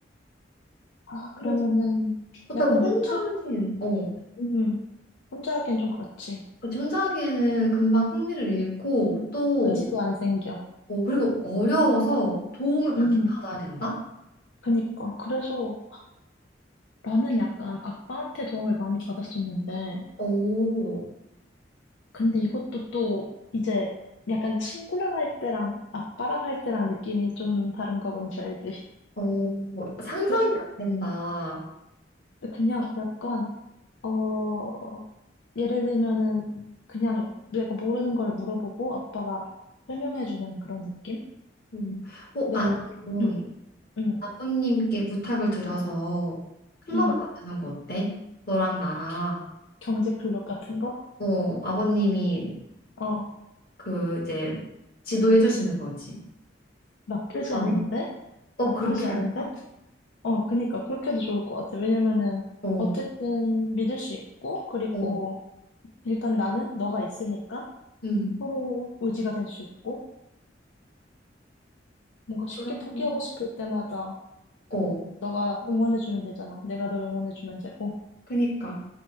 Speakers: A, on the left; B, on the left.
A: 아,
B: 그래서
A: 그러면은
B: 그렇다고
A: 약간
B: 혼자
A: 유튜브?
B: 하기엔, 어,
A: 음, 혼자 하기엔 좀 그렇지.
B: 그렇지, 혼자 하기에는 금방 흥미를 잃고 또,
A: 의지도 안 생겨.
B: 어, 그리고 어려워서 도움을 받긴
A: 음,
B: 받아야 된다?
A: 그니까. 그래서 나는 약간 아빠한테 도움을 많이 받았었는데,
B: 오,
A: 근데 이것도 또 이제 약간 친구랑 할 때랑 아빠랑 할 때랑 느낌이 좀 다른 거 뭔지 알지? <laughs>
B: 어, 상상이
A: 그래서
B: 안 된다.
A: 그냥 약간 어 예를 들면은 그냥 내가 모르는 걸 물어보고 아빠가 설명해 주는 그런 느낌?
B: 음, 어,
A: 내가
B: 아니면
A: 응, 응,
B: 아버님께 부탁을 드려서 클럽을
A: 응.
B: 만드는 거 어때? 너랑 나랑
A: 경- 경제 클럽 같은 거?
B: 어 아버님이
A: 어,
B: 그 이제 지도해 주시는 거지.
A: 나쁘지
B: 불편해?
A: 않은데?
B: 어
A: 나쁘지
B: 그렇게
A: 않은데?
B: 할까?
A: 어, 그니까 그렇게도 좋을 것 같아. 왜냐면은
B: 어,
A: 어쨌든 믿을 수 있고 그리고
B: 어,
A: 일단 나는 너가 있으니까
B: 음,
A: 서로 의지가 될 수 있고, 뭔가 쉽게
B: 그럼
A: 포기하고 싶을 때마다
B: 어,
A: 너가 응원해주면 되잖아. 내가 널 응원해주면 되고.
B: 그니까